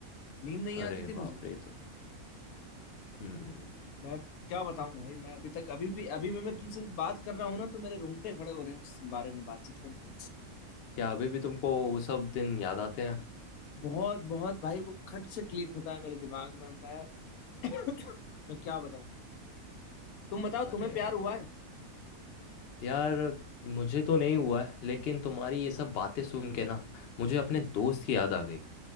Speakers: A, on the left; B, on the left.
A: नींद नहीं
B: अरे
A: आती थी
B: बाप
A: मुझे
B: रे तो हम्म
A: मैं क्या बताऊं भाई मैं अभी तक अभी भी अभी भी मैं तुमसे बात कर रहा हूँ ना तो मेरे रोंगटे खड़े हो रहे हैं उस बारे में बातचीत करके
B: क्या अभी भी तुमको वो सब दिन याद आते हैं
A: बहुत बहुत भाई वो खट से क्लिक होता है मेरे दिमाग में मैं <coughs> मैं क्या बताऊं तुम बताओ
B: अरे
A: तुम्हें प्यार हुआ है
B: यार मुझे तो नहीं हुआ है लेकिन तुम्हारी ये सब बातें सुन के ना मुझे अपने दोस्त की याद आ गई